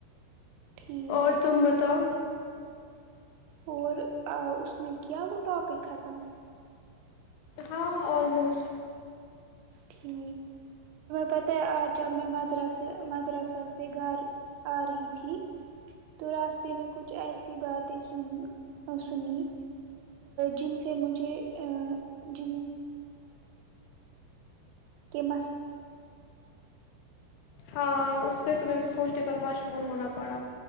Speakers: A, on the right; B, on the left.
A: ٹھیک
B: اور تم بتاؤ
A: اور اس میں کیا وہ ٹاپک ختم
B: ہاں آلموسٹ
A: توم پتاہ ہے آج جب میں مدراس مدراسہ سے گھر آ رہی تھی تو راستے میں کچھ ایسی باتیں سن سنی جن سے مجھے ا جن قمس
B: ہاں اس پہ تمہیں سوچنے پر مجبور ہونا پڑا